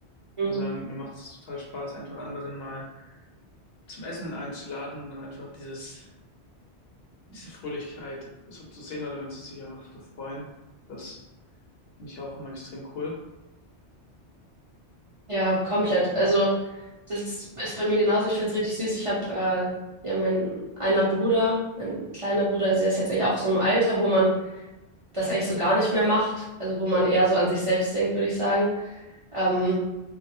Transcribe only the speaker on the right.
Mhm.
ja, komplett. Also das ist, ist bei mir genauso. Ich finde es richtig süß. Ich habe äh, ja mein einer Bruder, mein kleiner Bruder, also der ist jetzt eigentlich auch so im Alter, wo man das eigentlich so gar nicht mehr macht. Also wo man eher so an sich selbst denkt, würde ich sagen. Ähm,